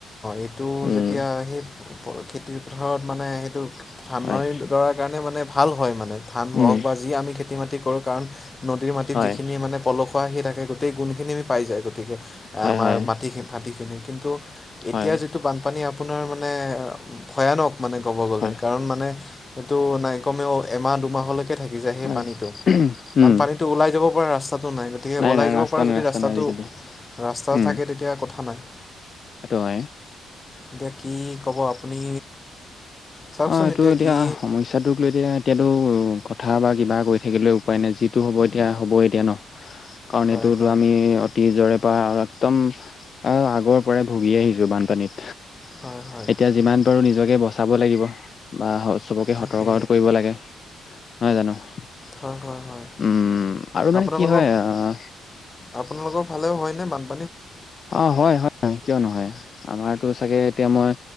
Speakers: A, on the left; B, on the left.
A: সেইটো
B: উম
A: যেতিয়া সেই খেতি পথাৰত মানে সেইটো ধানদনি
B: হয়
A: দৰাৰ কাৰণে মানে ভাল হয় মানে ধান
B: উম
A: হওক বা যি আমি খেতি বাতি কৰো কাৰণ নদীৰ মাটিত
B: হয়
A: যিখিনি মানে পলস খোৱা আহি থাকে গোটেই গুণখিনি আমি পাই যায় গতিকে
B: হয়
A: আমাৰ
B: হয়
A: মাটি মাটিখিনি কিন্তু এতিয়া
B: হয়
A: যিটো বানপানী আপোনাৰ মানে ভয়ানক। মানে ক'ব গ'লে
B: হয়
A: কাৰণ মানে এইটো নাই কমেও এমাহ দু দুমাহলৈকে থাকি যায় সেই
B: হয়।
A: পানীটো কাৰণ
B: উম,
A: পানীটো ওলাই যাব পৰা ৰাস্ত ৰাস্তটো নাই গতিকে ওলাই
B: নাই
A: যাব
B: ৰাস্তা
A: পাৰ
B: নাই
A: যদি
B: ৰাস্তা
A: ৰাস্তাটো
B: নাই আজিকালি।
A: ৰাস্তা
B: উম,
A: থাকে তেতিয়া কথা নাই।
B: সেইটো হয়।
A: এতিয়া কি ক'ব আপুনি? চাওকচোন
B: অ' এইটো এতিয়া
A: কি
B: সমস্যাটোক লৈ এতিয়া এতিয়াতো কথা বা কিবা কৰি কৈ থাকিলে উপায় নাই যিটো হ'ব এতিয়া হ'বই এতিয়া ন। কাৰণ
A: হয়
B: এইটোটো
A: হয়
B: আমি অতিজৰে আৰু একদম আগৰ পৰাই ভুগি আহিছো বানপানীত।
A: হয় হয়
B: এতিয়া যিমান পাৰো নিজকে বচাব লাগিব বা চবকে
A: তাকে
B: সতৰ্ক কৰিব লাগে নহয় জানো। উম,
A: হয় হয় হয়
B: আৰু মানে
A: আপোনালোকৰ
B: কি হয় আ',
A: আপোনালোকৰ ফালেও হয়নে বান
B: অ' হয়-হয় কিয় নহয়। আমাৰতো চাগে এতিয়া মই